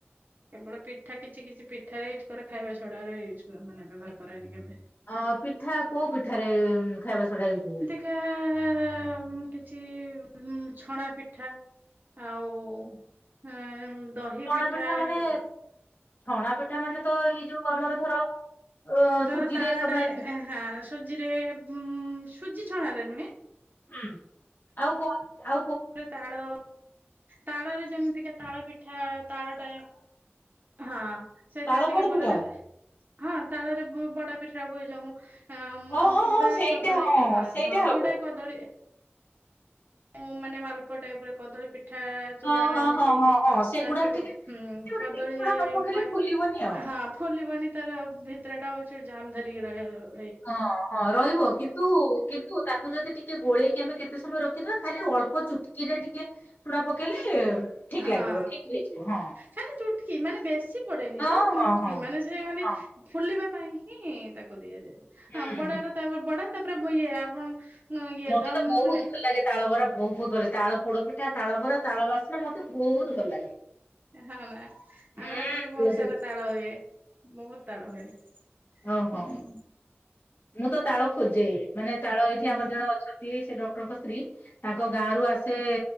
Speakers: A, on the right; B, on the left.
A: କେବଳ ପିଠା କିଛି କିଛି ପିଠାରେ ୟୁଜ୍ କରେ ଖାଇବା ସୋଡ଼ା ରେ ୟୁଜ୍ କ ମାନେ ବ୍ୟବହାର କରେନି କେବେ।
B: ଅଁ ପିଠା କୋଉ ପିଠାରେ ଖାଇବା ସୋଡ଼ା ୟୁଜ ହୁଏ?
A: ତା ଉଁ କିଛି ଉଁ ଛଣା ପିଠା। ଆଉ ହୁଁ ଦହି
B: ଛଣା
A: ପିଠା
B: ମାନେ
A: ଇ
B: ଛଣା ପିଠା ମାନେ ତ ଏଇ ଯୋଉ ଆମର ଧର ଅ
A: ଦର
B: ସୁଜିରେ
A: ତାର ଏଟା
B: ତମେ
A: ଏଁ
B: ହୁଁ
A: ହାଁ ସୁଜି ରେ ଗୁଁ ସୁଜି ଛଣା ରେ ନୁହେଁ
B: ହୁଁ ଆଉ କଣ ଆ
A: ତାଳ ତାଳରେ ଯେମିତିକା ତାଳ ପିଠା ତାଳ ଟା ହଁ ସେଥିରେ
B: ତାଳ
A: ଟିକେ
B: ପୋଡ
A: ପକେଇ
B: ପିଠା
A: ଦେଲେ ହଁ ତାଳରେ ବ ବଡା ପିଠା ହୁଏ ଯୋଉଁ ହଁ ଅମ
B: ହଁ ହଁ
A: ଚୁଡ଼ା
B: ହଁ ସେଇଟା
A: କଦଳୀ ହଁ
B: ସେଇଟା
A: ହଁ
B: ହବ।
A: ଚୁଡ଼ା କଦଳୀ ଉ ମାନେ ମାଲପୁଆ ଟାଇପ ର କଦଳୀ ପି ପିଠା ଚୁଡ଼ା
B: ହଁ ହଁ
A: ମିଶେଇକି
B: ହଁ ହଁ ହଁ ସେଗୁଡାରେ
A: ବା ଚୁ
B: ଟିକେ
A: ହୁଁ
B: ସେଗୁଡା
A: କଦଳୀ
B: ଟିକେ ଛଣା ନ ପକେଇଲେ
A: ମୁ
B: ଫୁଲିବନି ଆଉ।
A: ହାଁ ଖୋଲିବନି ତାର ଭିତରେ ଟା ହଉଛି ଜାମ ଧରିକି ରହିବ।
B: ହଁ ହଁ ରହିବ କିନ୍ତୁ କିନ୍ତୁ ତା ତାକୁ ଯଦି ଟିକେ ଗୋଳେଇକି ଆମେ କେତେ ସମୟ ରଖିଦବା ଖାଲି ଅଳ୍ପ ଚୁଟକିରେ ଟିକେ ସୋଡ଼ା ପକେଇଲେ ଠିକ ଲାଗିବ
A: ହଁ
B: ଠିକ ହେଇଯିବ ହଁ
A: ଖାଲି ଚୁଟକି ମାନେ ବେଶୀ ପଡେନି
B: ହଁ
A: ସ ଚୁଟକି
B: ହଁ ହଁ
A: ମାନେ ସେ ଖାଲି
B: ହଁ
A: ଫୁଲିବା ପାଇଁ ହିଁ ତାକୁ ଦିଆଯାଏ
B: ହୁଁ
A: ହ୍ନ
B: ହୁଁ।
A: ବଡାର ତାପରେ ବଡା ତାପରେ ଇଏ ଆପଣ ନଁ ଇଏ
B: ମତେ
A: ଦମ
B: ତ ବହୁତ
A: ମାନେ
B: ଭଲ ଲାଗେ ତାଳ ବରା ବହୁତ ଭଲ ତାଳ ପୋଡପିଠା ତାଳ ବରା ତାଳ ବାସ୍ନା ମତେ ବହୁତ ଭଲ ଲାଗେ।
A: ହଁ ନା
B: ହୁଁ
A: ଆମର ଏପଟେରେ ବହୁତ
B: ବୁଝୁ
A: ସାରା ତାଳ ହୁଏ ବହୁତ ତାଳ ହୁଏ।
B: ଓ ହୋ।
A: ହୁଁ
B: ମୁଁ ତ ତାଳ ଖୋଜେ ମାନେ ତାଳ ଏଇଠି
A: ହୁଁ
B: ଆମର ଜଣେ ଅଛନ୍ତି ସେ ଡକ୍ଟରଙ୍କ ସ୍ତ୍ରୀ ତାଙ୍କ ଗାଁ ରୁ ଆସେ